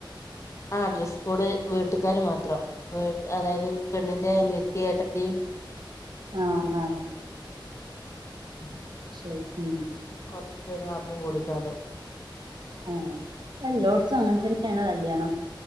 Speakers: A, on the left; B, on the right.
A: ആഹ് ഡ്രസ്സ്കോഡ് വീട്ടുകാര് മാത്രം വ് അതായത് പെണ്ണിന്റെ അനിയത്തി യേട്ടത്തി
B: ആഹ്
A: അങ്ങനെ
B: ആഹ്
A: ആഹ്
B: ശെരി ഉം
A: കൊറച്ചുപേര്മാത്രംകൂടിക്കാണ്ട്
B: ആഹ് ഇപ്പം എല്ലോടത്തും അങ്ങനെ തന്നെണ് കല്യാണം